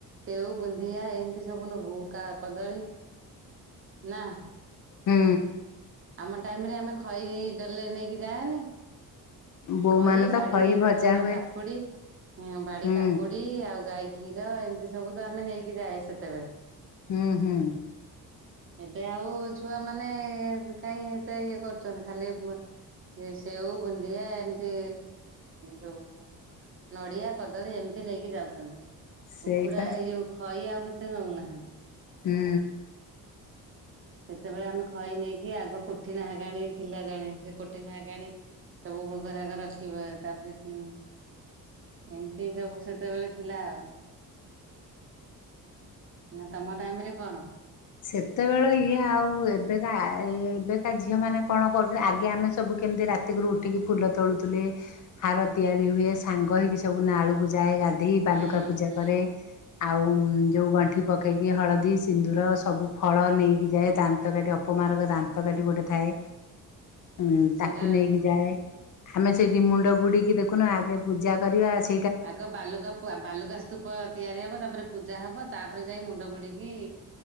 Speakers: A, on the right; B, on the left.
A: ସେଓ ବୁନ୍ଦିଆ, ଏମିତି ସବୁ ନବୁ କଦଳୀ ନା
B: ହୁଁ।
A: ଆମ ଟାଇମରେ, ଆମେ ଖଇ ଡାଲାରେ ନେଇକି ଯାଏନି।
B: ବୋଉ
A: ଖଇ
B: ମାନେ
A: ବାଡିରେ
B: ତ ଖଇ ଭଜା
A: ଥିବା ଯୋଉ
B: ହୁଏ
A: କାକୁଡି, ବାଡି
B: ହୁଁ
A: କାକୁଡି ଆଉ ଗାଈ ଖୀ କ୍ଷୀର ଏମିତି ସବୁ ତ ଆମେ ନେଇକି ଯାଏ, ସେତେବେଳେ
B: ହୁଁ- ହୁଁ।
A: ଏବେ ଆଉ ଛୁଆ ମାନେ କାହିଁ ଏତେ ଇଏ କରୁଛନ୍ତି। ଖାଲି ସେ ସେଓ ବୁନ୍ଦିଆ ଏମି ସେ ଯୋଉ ନଡିଆ କଦଳୀ ଏମିତି ନେଇକି ଯାଉଛନ୍ତି।
B: ସେଇପା
A: ଉଖୁଡା ଏଇ ଯୋଉ ଖଇ ଆଉ ହେତେ ନଉନାହାନ୍ତି।
B: ହୁଁ।
A: ସେତେବେଳେ ଆମେ ଖଇ ନେଇକି ଆଗ କୋଠି ନାହଗାଣୀ ଥିଲା ଜଣେ, ସେ କୋଠନାହାଗାଣି ସବୁ ଭୋଗରାଗ ରଖିବ, ତାପରେ ଏମିତି ସବୁ ସେତେବେଳେ ଥିଲା ଆଉ। ନା ତମ ଟାଇମରେ କଣ?
B: ସେତେବେଳେ ଇଏ ଆଉ ଏବେକା ଏବେକା ଝିଅ ମାନେ କଣ କରୁଛନ୍ତି, ଆଗେ ଆମେ ସବୁ କେମିତି ରାତିକୁରୁ ଉଠିକି ଫୁଲ ତୋଳୁଥିଲେ, ହାର ତିଆରି ହୁଏ ସାଙ୍ଗ ହେଇକି ସବୁ ନାଳୁକୁ ଯାଏ ଗାଧୋଇ ବାଲୁକା
A: ହୁଁ
B: ପୂଜା
A: ହୁଁ
B: କରେ, ଆଉ ଯୋଉ ଗଣ୍ଠି ପ କେଇକି ହଳଦୀ ସିନ୍ଦୁର ସବୁ ଫଳ ନେଇକି ଯାଏ ଦାନ୍ତକାଠି ଅପମାରକ ଦାନ୍ତକାଠି ଗୋଟେ ଥାଏ ହୁଁ
A: ସେଇଟା
B: ତାକୁ ନେଇକି
A: ହୁଁ।
B: ଯାଏ ଆମେ ସେଠି ମୁଣ୍ଡ ବୁଡିକି ଦେଖୁ କନୁ ଆଗେ ପୂଜା କରିବା ଅଛି
A: ଆଗ ବାଲୁକା, ବାଲୁକା ସ୍ତୁପ ତିଆରି ହବ, ତାପରେ ପୂଜା ପୂଜା ହବ। ତାପରେ ଯାଇ ମୁଣ୍ଡ ବୁଡିକି